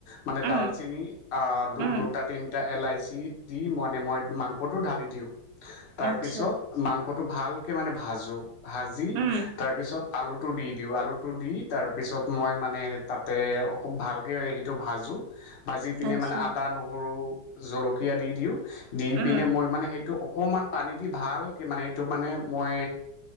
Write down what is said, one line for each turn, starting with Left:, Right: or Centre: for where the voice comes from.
Left: মানে
Right: উম
Left: ডালচিনি।
Right: উম
Left: দুটা তিনিটা এলাইচি দি মানে মই মাংসটো ঢালি দিওঁ। তাৰপিছত
Right: আচ্ছা
Left: মাংসটো ভালকে মানে ভাজো। ভাজি
Right: উম
Left: তাৰপিছত। আলুটো দি দিওঁ আলুটো দি তাৰ পিছত। মই মানে তাতে খুব ভালকে সেইটো ভাজোঁ। ভাজি পিনে
Right: আচ্ছা
Left: মানে আদা নহৰু জলকীয়া দি দিওঁ। দি
Right: উম
Left: পিনে মই মানে সেইটো। অকণমান পানী দি ভালকৈ মানে এইটো মানে মই